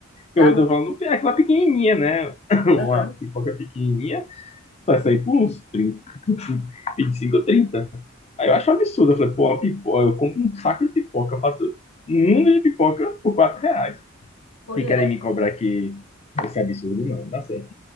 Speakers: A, on the left; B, on the left.
A: Eu
B: sabe?
A: tô falando é aquela pequenininha, né? <coughs> <laughs> Uma
B: Aham,
A: pipoca pequenininha vai sair por uns vinte e cinco ou trinta Aí eu acho um absurdo. Eu falei, pô, a pipoca, eu compro um saco de pipoca, eu faço um mundo de pipoca por 4 reais.
B: Pois
A: E querem
B: é.
A: me cobrar que esse absurdo não, não dá certo.